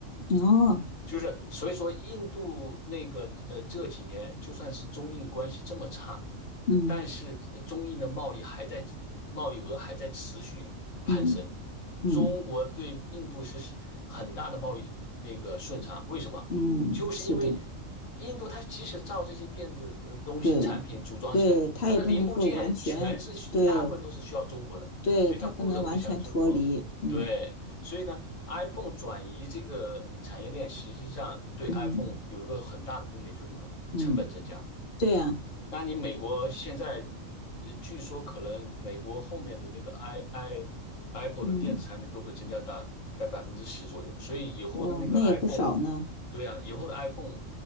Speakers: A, on the left; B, on the left.
A: 哦，
B: 就是所以说，印度那个呃这几年就算是中印关系这么差，
A: 嗯
B: 但是呃中印的贸易还在贸易额还在持续攀升。
A: 嗯嗯
B: 中国对印度是很大的贸易那个顺差，为什么？
A: 嗯，
B: 就是因为
A: 是的，
B: 印度它即使造这些电子的东西产品组装起来，
A: 对对，他也不能够完全，
B: 它的零部件全是大部分都是需要中国的，
A: 对对，
B: 所以它不得不向中国对。
A: 他不能完全脱离，嗯
B: 所以呢，iPhone 转移这个产业链，实际上对
A: 嗯
B: iPhone 有一个很大的风险，就是什么？
A: 嗯，
B: 成本增加。
A: 对呀、
B: 那你美国现在，呃据说可能美国后面的那个 i i Apple
A: 嗯，
B: 的电子产品都会增加大概百分之十左右，所以以后的那个
A: 哇，那也不少呢，
B: iPhone，对啊，以后的 iPhone，